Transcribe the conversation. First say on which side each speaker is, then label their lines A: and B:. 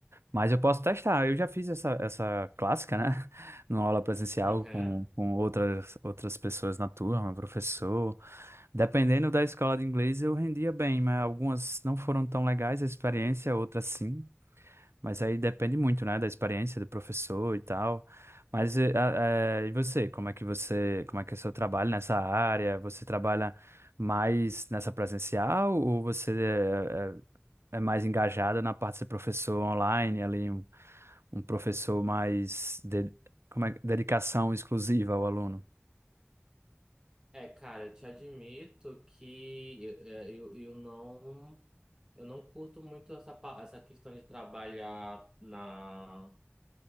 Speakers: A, on the right; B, on the right.
A: mas eu posso testar. Eu já fiz essa, essa clássica, né? <laughs> Numa aula presencial
B: Uhum.
A: com, com outras, outras pessoas na turma, professor. Dependendo da escola de inglês, eu rendia bem, mas algumas não foram tão legais a experiência, outras sim. Mas aí depende muito, né, da experiência do professor e tal. Mas eh, ah, eh, e você, como é que você, como é que é o seu trabalho nessa área? Você trabalha mais nessa presencial ou você eh, eh, é, mais engajada na parte de ser professor online, ali um, um professor mais de, como é, dedicação exclusiva ao aluno?
B: É, cara, eu te admito que eu, é, eu, eu não eu não curto muito essa, pa- essa questão de trabalhar na